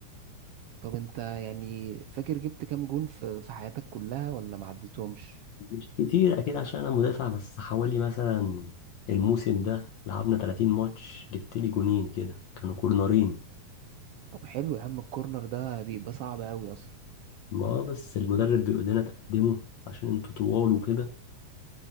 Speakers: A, on the right; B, on the left.
A: طب انت يعني فاكر جبت كام جون في في حياتك كلها ولا ما عدتهمش
B: مش كتير اكيد عشان انا مدافع بس حوالي مثلا الموسم ده لعبنا 30 ماتش جبت لي جونين كده كانوا كورنرين
A: طب حلو يا عم الكورنر ده بيبقى صعب قوي اصلا
B: ما بس المدرب بيقول لنا تقدموا عشان انتوا طوال وكده